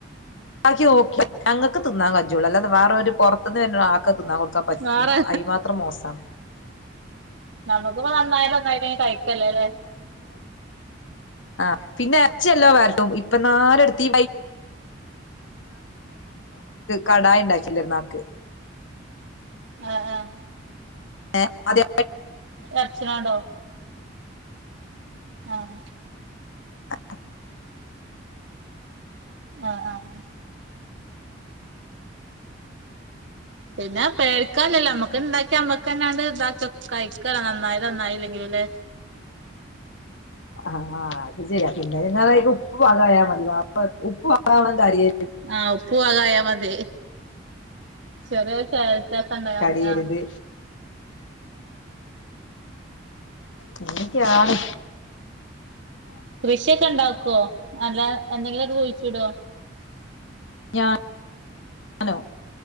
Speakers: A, on the left; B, on the right.
A: ബാക്കി ഓക്കെ ഞങ്ങൾക്ക് തിന്നാൻ കജെജോളൂ അല്ലാത വേറെ ഒരു പുറത്തുന്ന് വ ആക്ക തിന്നാൻ കൊടുക്കാൻ പറ്റൂല
B: വേറെ
A: അയി മാത്രം മോശമാണ്
B: നമ്മുക്കിപ്പ നന്നായിട്ട് നന്നായിട്ട് കഴിക്കല്ലേല്ലേ
A: ആ പിന്നെ ഇറച്ചില്ലോ വരട്ടും ഇപ്പൊ നാലടുത്ത് കടായ ഉണ്ടാക്കി പെരുന്നാക്ക്
B: ആഹ ആഹ
A: ഏ അതെ
B: എർച്ചനാണ്ടോ ആഹ
A: ആ
B: ആഹ ആഹ പിന്നെ പേടിക്കാലല്ലേ അമ്മക്ക് ഇണ്ടാക്കി അമ്മക്കന്നാണ്ട് ഇതാക്കി കഴിക്കല നന്നായാല നന്നായില്ലെങ്കിലും അല്ലേ
A: ആ അത് ചെയ്യാം പിന്നെങ്ങാലായിക്കും ഉപ്പ് പാകായാൽ മതി അ ഉപ്പ വാകണം കാര്യ
B: ആഹ ഉപ്പ പാകായ മതി ശരി <unintelligible> ഉണ്ടായൽ
A: കരിയരുത്
B: മതി ആ
A: അങ്ങനെ ഒക്കെ ആണ്
B: കൃഷിയൊക്കെ ഉണ്ടാക്കുവോ നല്ല എന്തെങ്കിലും അത് കുഴിച്ചുടോ
A: ഞാനോ